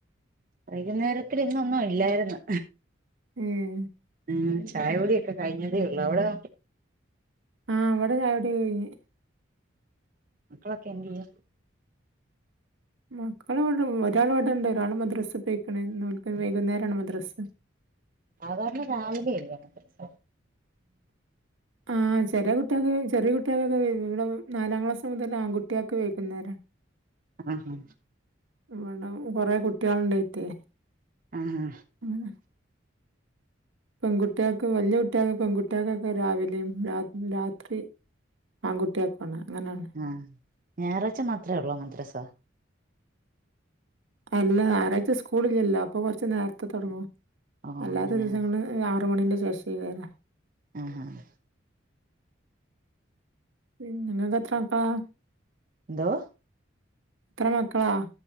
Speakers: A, on the right; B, on the right.
A: വൈകുന്നേരത്തിന് ഇന്നൊന്നും ഇല്ലായിരുന്നു
B: ഉം
A: ഉം ചായകുടിയൊക്കെ കഴിഞ്ഞതേ ഒള്ളു അവടോ?
B: ആഹ് ഇവടെ ചായകുടികഴിഞ്.
A: മക്കളൊക്കെ എന്ത്യേ?
B: മക്കളവ്ടെ ഒരാള് ഇവിടേണ്ട് ഒരാൾ മദ്രസ് പോയിക്കണ് ന്ന് ഓൽക്ക് വൈകുന്നേരാണ് മദ്രസ്സ
A: സാധാരണ രാവിലെ അല്ലെ മദറസ?
B: ആഹ് ചെല കുട്ടിയക്ക് ചെറിയ കുട്ടിയാക്കൊക്കെ വ ഇവിടെ നാലാം ക്ലാസ് മുതൽ ആൺകുട്ട്യാക്ക് വൈകുന്നേരാ
A: ആഹ് ആഹ്
B: ഇവിട കൊറേ കുട്ട്യാളിണ്ടായിറ്റേ
A: ആ ഹാ
B: മ്മ് പെൺകുട്ടിയാക്ക് വല്യ കുട്ട്യാക്ക്‌ പെൺകുട്ടിയാക്കൊക്കെ രാവിലേം രാ രാത്രി ആങ്കുട്ടിയക്കുവാണ് അങ്ങനെണ്.
A: ആ ഞായറാഴ്ച്ച മാത്രേ ഓള്ളോ മദ്രസ?
B: അല്ല ഞായറാഴ്ച്ച സ്കൂളില്ലല്ലോ അപ്പൊ കൊറച്ച് നേരത്തെ തൊടങ്ങും
A: ഓ
B: അല്ലാത്ത
A: അങ്ങനെയ
B: ദിവസങ്ങള് ആറ് മണിൻ്റെ ശേഷേക്കാരം
A: ആഹ് ആഹ്
B: പിന്നെ ഇങ്ങക്ക് എത്ര മക്കളാ
A: എന്തോ
B: എത്ര മക്കളാ